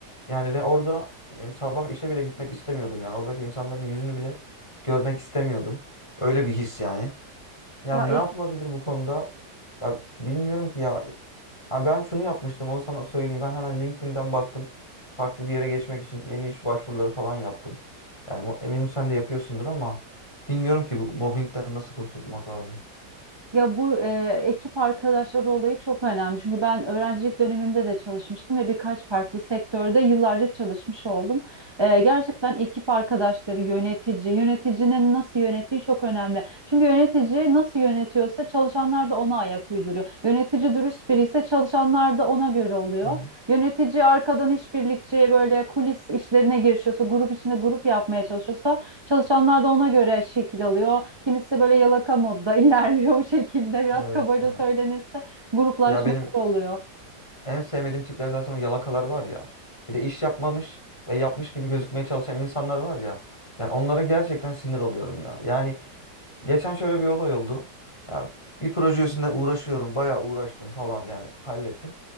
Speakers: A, on the left; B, on the right.
A: Yani ve orada e, sabah işe bile gitmek istemiyordum yani. Oradaki insanların yüzünü bile görmek istemiyordum. Öyle bir his yani. Ya
B: Ya
A: ne
B: ekip
A: yapılabilir bu konuda? Ya bilmiyorum ki ya. Ha ben şunu yapmıştım onu sana söyleyeyim. Ben hemen LinkedIn'den baktım. Farklı bir yere geçmek için yeni iş başvuruları falan yaptım. Yani mu- eminim sen de yapıyorsundur ama bilmiyorum ki bu mobbingden nasıl kurtulmak lazım.
B: Ya bu e, ekip arkadaşları olayı çok önemli. Çünkü ben öğrencilik dönemimde de çalışmıştım ve birkaç farklı sektörde yıllarca çalışmış oldum. E, gerçekten ekip arkadaşları, yönetici, yöneticinin nasıl yönettiği çok önemli. Çünkü yönetici nasıl yönetiyorsa çalışanlar da ona ayak uyduruyor. Yönetici dürüst biri ise çalışanlar da ona göre oluyor.
A: Hı hı.
B: Yönetici arkadan işbirlikçi böyle kulis işlerine girişiyorsa, grup içinde grup yapmaya çalışıyorsa Çalışanlar da ona göre şekil alıyor. Kimisi böyle yalaka modda <laughs> ilerliyor bu şekilde. Biraz
A: Evet
B: kabaca
A: ya.
B: söylenirse gruplaşmalar
A: Ya benim
B: oluyor.
A: en sevmediğim tipler zaten o yalakalar var ya. Bir de iş yapmamış ve yapmış gibi gözükmeye çalışan insanlar var ya. Yani onlara gerçekten sinir oluyorum ya. Yani Geçen şöyle bir olay oldu. Ya bir proje üstünde uğraşıyorum. Bayağı uğraştım falan yani hallettim.